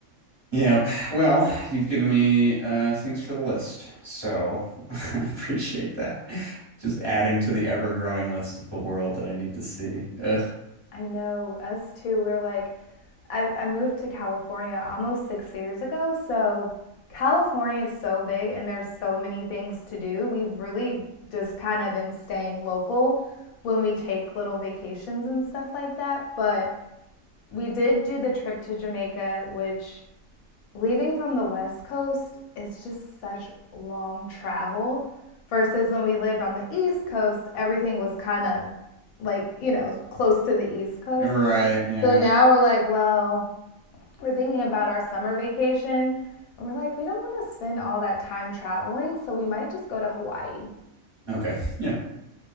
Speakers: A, on the right; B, on the left.
A: Yep. Well, you've given me uh, things for the list, so <laughs> I appreciate that. Just adding to the ever-growing list of the world that I need to see. Ugh.
B: I know us too. We're like, I, I moved to California almost six years ago. So California is so big and there's so many things to do. We've really just kind of been staying local when we take little vacations and stuff like that. But we did do the trip to Jamaica, which leaving from the West Coast, it's just such long travel. Versus when we lived on the East Coast, everything was kind of like, you know, close to the East Coast.
A: Right. Yeah.
B: So now we're like, well, we're thinking about our summer vacation. And we're like, we don't want to spend all that time traveling, so we might just go to Hawaii.
A: Okay. <laughs> Yeah.